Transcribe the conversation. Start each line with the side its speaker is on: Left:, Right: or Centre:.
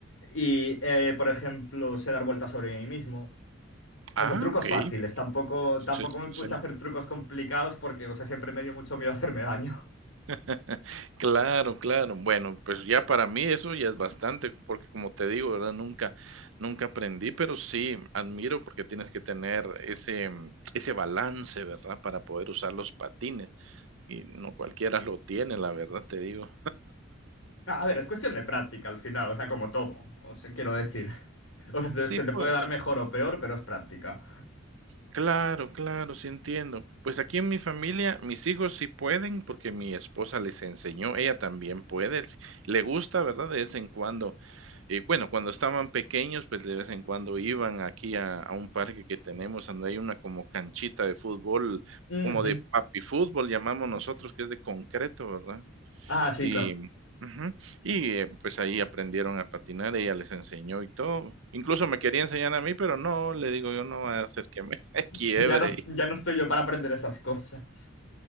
Left: Y, eh, por ejemplo, sé dar vueltas sobre mí mismo. No
Right: ah,
Left: sé, trucos
Right: okey.
Left: fáciles. Tampoco,
Right: Sí,
Left: tampoco me
Right: sí,
Left: puse
Right: sí.
Left: a hacer trucos complicados porque, o sea, siempre me dio mucho miedo hacerme daño.
Right: <laughs> Claro, claro. Bueno, pues ya para mí eso ya es bastante, porque como te digo, ¿verdad? Nunca nunca aprendí, pero sí admiro porque tienes que tener ese mm, ese balance, ¿verdad? Para poder usar los patines, y no cualquiera lo tiene, la verdad te digo.
Left: <laughs> A ver, es cuestión de práctica al final, o sea, como todo. O sea, quiero decir. <laughs> O sea, te-
Right: Sí,
Left: se te puede
Right: pues.
Left: dar mejor o peor, pero es práctica.
Right: Claro, claro, sí entiendo. Pues aquí en mi familia, mis hijos sí pueden porque mi esposa les enseñó, ella también puede, s- le gusta, ¿verdad? De vez en cuando. Y bueno, cuando estaban pequeños, pues de vez en cuando iban aquí a, a un parque que tenemos, donde hay una como canchita de fútbol,
Left: Ujú.
Right: como de papi fútbol, llamamos nosotros, que es de concreto, ¿verdad?
Left: Ah, sí,
Right: Y
Left: claro.
Right: ujú, y, eh, pues, ahí aprendieron a patinar, ella les enseñó y todo. Incluso me quería enseñar a mí, pero no, le digo yo: "No vaya a hacer que me <laughs> quiebre".
Left: Ya no, ya no estoy yo para aprender esas cosas.